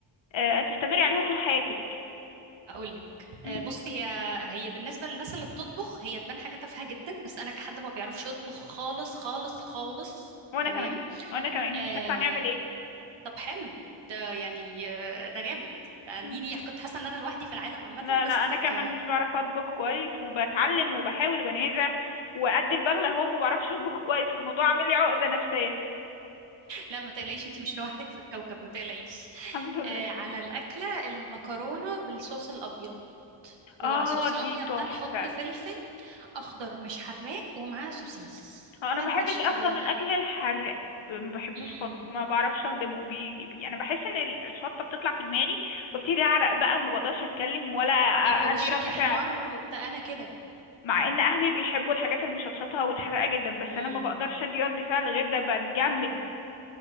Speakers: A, on the left; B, on the right.
A: آه تستمري عليها طول حياتك
B: هقول لك
A: مم.
B: آه، بصي هي هي بالنسبه للناس اللي بتطبخ هي تبان حاجه تافهه جدا بس انا كحد ما بيعرفش يطبخ خالص خالص خالص
A: وانا
B: تمام
A: كمان وانا كمان
B: آه
A: مش عارفة هنعمل ايه
B: طب حلو ده يعني آه، ده جامد يعني
A: مم.
B: كنت حاسه ان انا لوحدي في العالم عامه
A: لا
B: بس
A: لا انا كمان
B: ك...
A: مش بعرف اطبخ كويس وبتعلم وبحاول وبنازع وقد البغلة اهو ما بعرفش اطبخ كويس فالموضوع عامل لي عقدة نفسية
B: لا ما تقلقيش انتي مش لوحدك في الكوكب ما تقلقيش
A: الحمد لله
B: آه على الاكله المكرونه بالصوص الابيض وعلى
A: اه
B: الصوص الابيض
A: دي تحفة
B: ده نحط فلفل اخضر مش حراق ومعاه سوسيس
A: آه، انا
B: لن
A: ما بحبش
B: اشكي
A: اصلا
B: ولن
A: الاكل الحراق ب- ما بحبوش
B: ابكي
A: خالص ما بعرفش اهضمه بي... بي... انا بحس ان ال- الشطة بتطلع في دماغي وابتدي اعرق بقى وما بقدرش اتكلم ولا
B: ايوه
A: أ-
B: وشك
A: ادي رد
B: يحمر
A: فعل
B: وبتاع انا كده
A: مع ان اهلي بيحبوا الحاجات المشطشطة والحراقة جدا بس
B: امم
A: انا ما بقدرش ادي رد فعل غير ده بتجمد